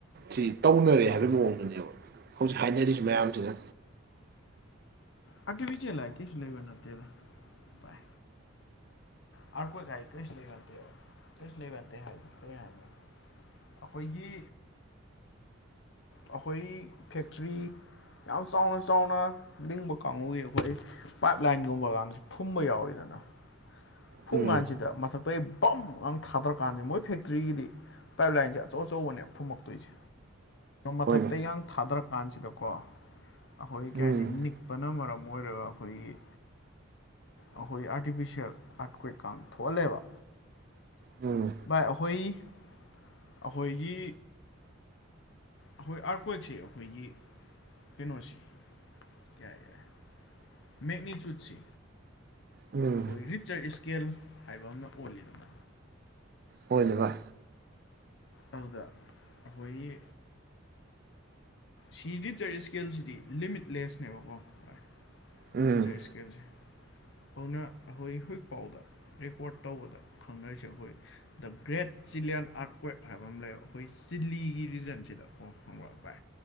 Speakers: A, on the right; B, on the left.
A: ꯁꯤ ꯇꯧꯅꯔꯦ ꯍꯥꯏ ꯍꯥꯏꯕꯒꯤ ꯃꯑꯣꯡꯗꯨꯅꯦꯕ ꯍꯧꯖꯤꯛ ꯍꯥꯏꯅꯔꯤꯁꯤ ꯃꯌꯥꯝꯁꯤꯗ
B: ꯑꯕꯤꯖꯦ ꯂꯥꯛ ꯀꯦꯁꯨ ꯂꯩꯦꯕ ꯅꯠꯇ ꯑ ꯑꯔ ꯀ ꯀ ꯀꯩꯁꯨ ꯂꯩꯕꯇꯦꯕ ꯀꯩꯁꯨ ꯂꯩꯕꯇꯦ ꯍꯥꯏ ꯀꯩ ꯍꯥꯏ ꯑꯩꯈꯣꯏꯒꯤ ꯑꯩꯈꯣꯏ ꯐꯦꯛꯇ꯭ꯔꯤ ꯌꯥꯝ ꯆꯥꯎꯅ ꯆꯥꯎꯅ ꯂꯤꯡꯕ ꯀꯥꯡꯕꯨꯒꯤ ꯑꯩꯈꯣꯏ ꯄꯥꯏꯞ ꯂꯥꯏꯟꯒꯨꯝꯕꯒꯁꯤ ꯐꯨꯝꯕ ꯌꯥꯎꯋꯤꯗꯅ ꯐꯨꯡ
A: ꯎꯝ
B: ꯀꯥꯟꯁꯤꯗ ꯃꯊꯛꯇ ꯑꯩ ꯕꯝꯒꯥꯡ ꯊꯥꯗꯔꯀꯥꯟꯁꯦ ꯃꯣꯏ ꯐꯦꯛꯇ꯭ꯔꯤꯒꯤꯗꯤ ꯄꯥꯏꯞ ꯂꯥꯏꯟꯁꯦ ꯑꯆꯧ ꯑꯆꯧꯕꯅꯦ ꯐꯨꯝꯃꯛꯇꯣꯏꯁꯦ ꯃꯊꯛꯇꯒꯡ
A: ꯍꯣꯏꯅꯦ
B: ꯊꯥꯗꯔ ꯀꯥꯟꯁꯤꯗꯀꯣ ꯑꯩꯈꯣꯏ
A: ꯎꯝ
B: ꯀꯩ ꯍꯥꯏꯅꯤ ꯅꯤꯛꯄꯅ ꯃꯔꯝ ꯑꯣꯏꯔꯒ ꯑꯩꯈꯣꯏꯒꯤ ꯑꯩꯈꯣꯏ ꯑꯥꯔꯇꯤꯐꯤꯁꯦꯜ ꯑꯠꯀꯨꯣꯏ ꯀꯥꯡ ꯊꯣꯛꯍꯜꯂꯦꯕ
A: ꯎꯝ
B: ꯚꯏ ꯑꯩꯈꯣꯏ ꯑꯩꯈꯣꯏꯒꯤ ꯑꯩꯈꯣꯏ ꯑꯥꯔꯀ꯭ꯋꯦꯛꯁꯦ ꯑꯩꯈꯣꯏꯒꯤ ꯀꯩꯅꯣꯁꯦ ꯌꯥꯏ ꯌꯥꯏ ꯃꯠꯅꯤ ꯆꯨꯠꯁꯤ
A: ꯎꯝ
B: ꯑꯩꯈꯣꯏ ꯔꯤꯠ ꯆꯔ ꯏꯁꯀꯦꯜ ꯍꯥꯏꯕ ꯑꯃꯅ ꯑꯣꯜꯂꯤꯗꯅ
A: ꯍꯅꯦ ꯚꯥꯏ
B: ꯑꯗꯨꯗ ꯑꯩꯈꯣꯏꯒꯤ ꯁꯤꯗꯤ ꯆꯔꯤ ꯏꯁꯀꯦꯜꯁꯤꯗꯤ ꯂꯤꯃꯤꯠꯂꯦꯁꯅꯦꯕꯀꯣ ꯍ
A: ꯎꯝ
B: ꯕꯤ ꯆꯥꯁꯀꯁꯤ ꯍꯧꯅ ꯑꯩꯈꯣꯏ ꯍꯧꯖꯤꯛ ꯄꯥꯎꯗ ꯔꯦꯀꯣꯔꯠ ꯇꯧꯕꯗ ꯈꯪꯅꯔꯤꯁꯦ ꯑꯩꯈꯣꯏ the great Chilean earthquake ꯍꯥꯏꯕ ꯑꯃ ꯂꯩꯕ ꯑꯩꯈꯣꯏ ꯆꯤꯂꯤꯒꯤ ꯔꯤꯖꯟꯁꯤꯗꯀꯣ ꯍꯪꯕ꯭ꯔꯛꯄꯥꯏ